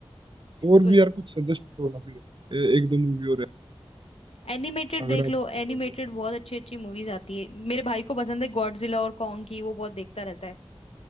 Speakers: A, on the right (about 55°); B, on the left (about 85°).
A: और
B: तो
A: भी यार कुछ सजेस्ट करो ना फिर ए- एक दो मूवी और है
B: एनिमेटेड
A: अगर
B: देख
A: आप
B: लो
A: बताओ
B: एनिमेटेड
A: तो
B: बहुत अच्छी अच्छी मूवीज आती है मेरे भाई को पसंद है गॉडजिला और कॉन्ग की वो बहुत देखता रहता है